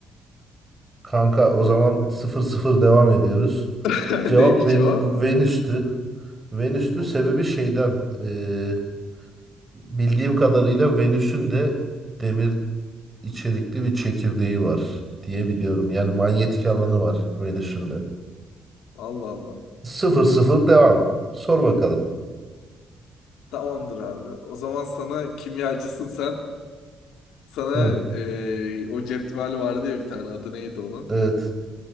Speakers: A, on the right; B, on the left.
A: Kanka o zaman sıfır sıfır devam ediyoruz.
B: <laughs>
A: Cevap
B: Neymiş
A: Ven-
B: cevap?
A: Venüs'tü. Venüs'tü
B: Nasıl?
A: sebebi şeyden. eee, bildiğim kadarıyla Venüs'ün de demir içerikli bir çekirdeği var diye biliyorum. Yani manyetik
B: Ha,
A: alanı var Venüs'ün de.
B: Allah Allah.
A: sıfır 0 devam. Sor bakalım.
B: Tamamdır abi. O zaman sana kimyacısın sen. Sana
A: Hı,
B: eee, o cetvel vardı ya bir tane adı neydi onun?
A: evet.